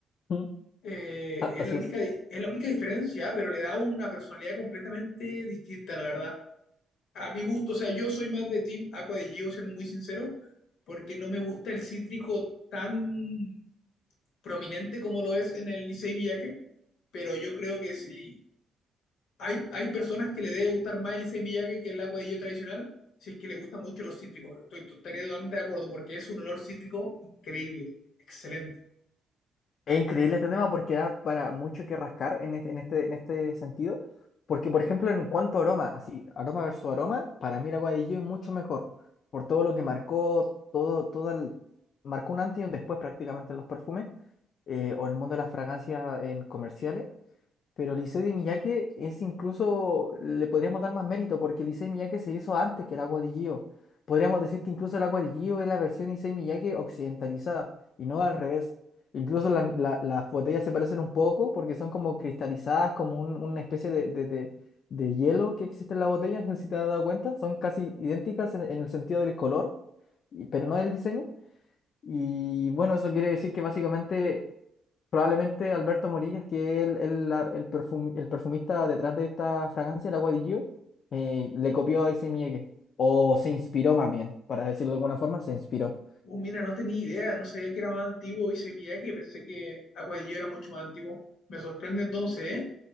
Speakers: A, on the left (about 60°); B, on the left (about 75°).
A: Mm.
B: Eh,
A: A-
B: es
A: Así
B: la única,
A: es.
B: di- es la única diferencia, pero le da una personalidad completamente distinta, la verdad. A mi gusto, o sea, yo soy más de Team Aqua de Gio, siendo muy sincero, porque no me gusta el cítrico tan prominente como lo es en el Licey Miyake, pero yo creo que si hay, hay personas que le debe gustar más el Licey Miyake que el agua de yo tradicional, si es que le gustan mucho los cítricos. Estoy, estaría totalmente de acuerdo porque es un olor cítrico increíble, excelente.
A: Es increíble este tema porque da para mucho que rascar en este, en este, en este sentido, porque por ejemplo en cuanto a aroma, así, aroma versus aroma, para mí el Agua de Gio es mucho mejor, por todo lo que marcó, todo, todo el- marcó un antes y un después prácticamente en los perfumes, eh, o en el mundo de las fragancias en comerciales, pero Lisette de Miyake es incluso, le podríamos dar más mérito porque Lisette de Miyake se hizo antes que el agua de Gio. Podríamos decir que incluso el agua de Gio es la versión Issey Miyake occidentalizada y no al revés. Incluso la- la- las botellas se parecen un poco porque son como cristalizadas, como un- una especie de, de- de- de hielo que existe en la botella, no sé si te has dado cuenta, son casi idénticas en, en el sentido del color, y- pero no del diseño. Y bueno, eso quiere decir que básicamente Probablemente Alberto Morillas, que es el, el, la- el perfum- el perfumista detrás de esta fragancia, la Agua di Gio, eh, le copió a Issey Miyake, o se inspiró más bien, para decirlo de alguna forma, se inspiró.
B: Uh, mira, no tenía idea, no sabía que era más antiguo Licey Miyake, pensé que Aguadillo era mucho más antiguo. Me sorprende entonces, ¿eh?